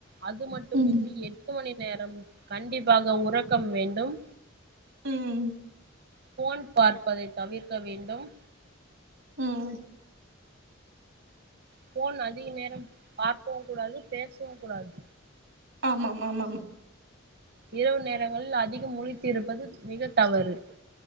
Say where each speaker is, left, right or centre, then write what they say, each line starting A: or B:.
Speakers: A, on the right; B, on the right.
A: அது மட்டுமின்றி
B: ம்
A: எட் ட்டு மணி நேரம் கண்டிப்பாக உறக்கம் வேண்டும்
B: ம்
A: ஃபோன் பார்ப்பதை தவிர்க்க வேண்டும்
B: ம்
A: ஃபோன் அதிக நேரம் பார்க்கவு கூடாது பேசவு கூடாது
B: ஆமாம் ஆமாம்
A: இரவு நேரங்களில் அதிகம் முழித்திருப்பது மிக தவறு